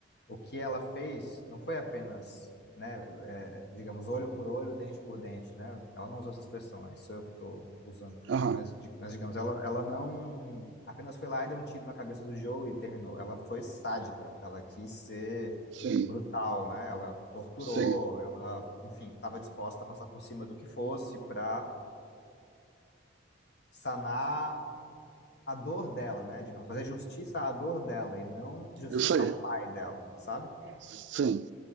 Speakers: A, on the left; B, on the right.
A: o que ela fez não foi apenas, né, é, digamos, olho por olho, dente por dente, né? Ela não usou essa expressão, né? Isso sou eu que estou usando.
B: Aham,
A: Mas, di- mas, digamos, ela, ela não apenas foi lá e deu um tiro na cabeça do Joe e terminou. Ela foi sádica, ela quis ser
B: sim,
A: brutal, né? Ela torturou,
B: sim.
A: ela, enfim, estava disposta a passar por cima do que fosse para sanar a dor dela, né? Digamos, fazer justiça à dor dela e não justiça
B: Isso aí,
A: ao pai dela, sabe?
B: sim.